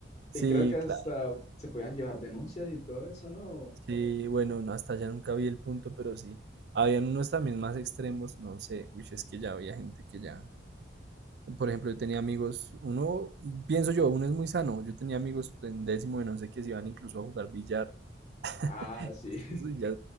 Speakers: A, on the right; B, on the left.
A: sí,
B: y creo que hasta
A: claro.
B: se podían llevar denuncias y todo eso, ¿no?
A: Sí, bueno, no, hasta allá nunca vi el punto, pero sí. Habían unos también más extremos, no sé, uy, es que ya había gente que ya, por ejemplo, yo tenía amigos, uno, pienso yo, uno es muy sano, yo tenía amigos en décimo de no sé qué, se iban incluso a jugar billar, <laughs>
B: Ah, sí.
A: eso sí ya,